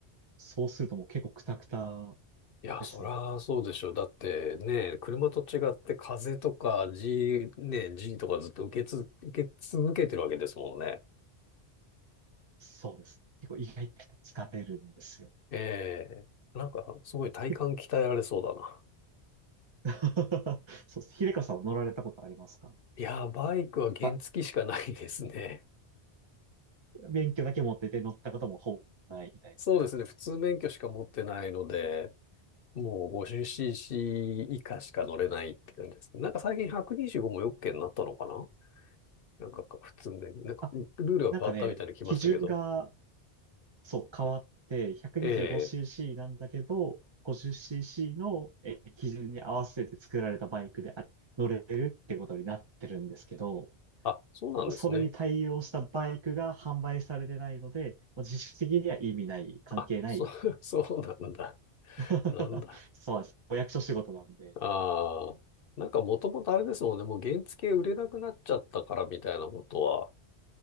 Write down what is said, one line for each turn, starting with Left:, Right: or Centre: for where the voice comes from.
Right: そうするともう結構クタクタ
Left: いや、
Right: ですね。
Left: そらそうでしょ。だってね、車と違って風とか G、ね、G とかずっと受けつ、受け続けてるわけですもんね。
Right: そうです。結構意外と疲れるんですよ。
Left: ええなんか、すごい体幹鍛えられそうだな。
Right: え <laughs> そうです。秀香さんは乗られたことありますか
Left: いや、バイクは原付しかないですね。
Right: まあ、免許だけ持ってて乗ったこともほぼないみたいな。
Left: そうですね。普通免許しか持ってないので、もう 50cc 以下しか乗れないって感じですね。なんか最近125もよっけになったのかななんかか普通免許、なんかルールが変わったみたいに来ましたけど。
Right: あ、なんかね、基準がそう、変わって 125cc
Left: ええ
Right: なんだけど、50cc のえー基準に合わせて作られたバイクであ乗れるってことになってるんですけど、
Left: あ、そうなんですね。
Right: それに対応したバイクが販売されてないので、もう実質的には意味ない、関係ない。
Left: あ、そう、<laughs> そうなんだ。
Right: <laughs>
Left: なんだ。
Right: そうです。お役所仕事なんで。
Left: ああ。なんかもともとあれですもんね。もう原付売れなくなっちゃったからみたいなことは。